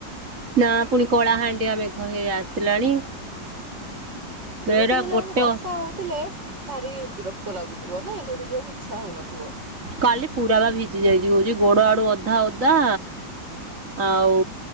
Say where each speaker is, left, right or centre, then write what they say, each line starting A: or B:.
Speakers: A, on the right (about 45°); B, on the right (about 75°).
A: ନା ପୁଣି କଳାହାଣ୍ଡିଆ ମେଘ ହେଇ ଆସିଲାଣି।
B: ଡ୍ୟୁଟି
A: ଏଇଟା
B: ଗଲା
A: ଗୋଟେ
B: ବେଳକୁ ବର୍ଷା ହଉଥିଲେ ଭାରି ବିରକ୍ତ ଲାଗୁଥିବ ନାଇଁ? ଯୋଉଠି ଯିବାକୁ ଇଚ୍ଛା ହଉନଥିବ।
A: କାଲି ପୁରା ବା ଭିଜି ଯାଇଛି କଉଛି। ଗୋଡ଼ ଆଡୁ ଅଧା ଓଦା ଆଉ